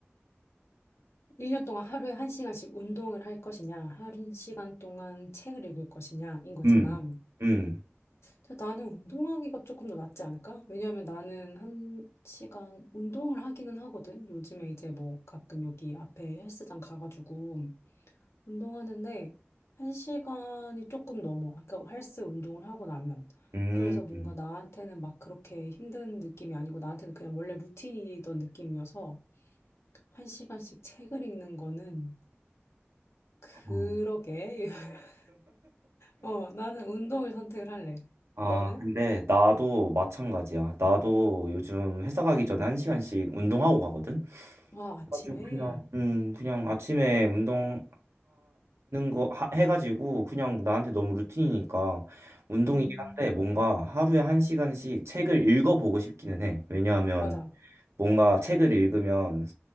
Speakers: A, on the left (about 75°); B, on the right (about 80°).
A: 1년 동안 하루에 1시간씩 운동을 할 것이냐, 1시간 동안 책을 읽을 것이냐인 거잖아.
B: 음. 음.
A: 근데 나는 운동하기가 조금 더 낫지 않을까? 왜냐하면 나는 1시간 운동을 하기는 하거든. 요즘에 이제 뭐 가끔 여기 앞에 헬스장 가가지고 운동하는데 1시간이 조금 넘어. 그러니까 헬스 운동을 하고 나면.
B: 음.
A: 그래서 뭔가
B: 음.
A: 나한테는 막 그렇게 힘든 느낌이 아니고 나한테는 그냥 원래 루틴이던 느낌이어서 1시간씩 책을 읽는 거는 그러게.
B: 어.
A: <laughs> 어, 나는 운동을 선택을 할래.
B: 아,
A: 너는?
B: 근데 나도 마찬가지야. 나도 요즘 회사 가기 전에 1시간씩 운동하고 가거든.
A: 아, 아침에.
B: 가지고 그냥 음 그냥 아침에 운동하는 거 하, 해가지고 그냥 나한테 너무 루틴이니까 운동이긴
A: 음,
B: 한데 뭔가 하루에 한 시간씩 책을 읽어보고 싶기는 해. 왜냐하면
A: 맞아.
B: 뭔가 책을 읽으면